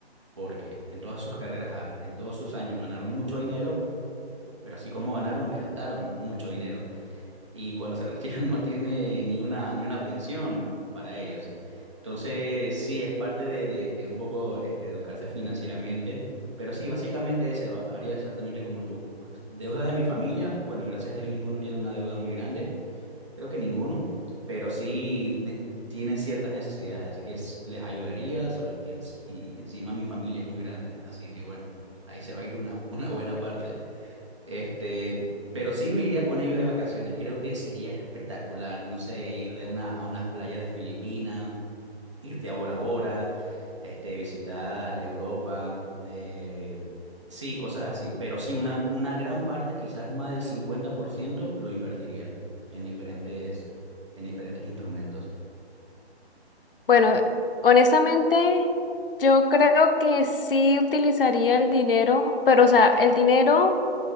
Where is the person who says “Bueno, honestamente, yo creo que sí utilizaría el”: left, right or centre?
Left